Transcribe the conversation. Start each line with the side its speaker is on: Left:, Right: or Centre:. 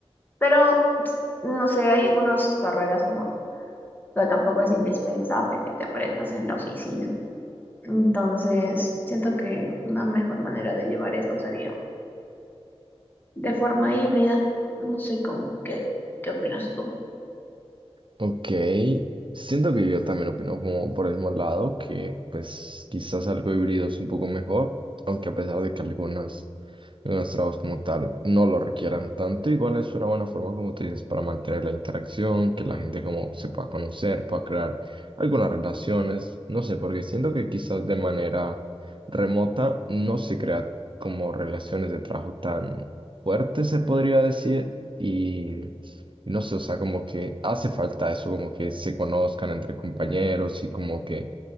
Left: Pero no sé, hay algunas carreras como que tampoco es indispensable que te aparezcas en la oficina. Entonces, siento que una mejor manera de llevar eso sería de forma híbrida. No sé cómo, qué, qué opinas tú.
Right: Ok, siento que yo también opino como por el mismo lado, que pues quizás algo híbrido es un poco mejor, aunque a pesar de que algunas, algunos trabajos como tal no lo requieran tanto, igual es una buena forma, como tú dices, para mantener la interacción, que la gente como se pueda conocer, pueda crear algunas relaciones, no sé, porque siento que quizás de manera remota no se crea como relaciones de trabajo tan fuerte, se podría decir, y no sé, o sea, como que hace falta eso, como que se conozcan entre compañeros y como que,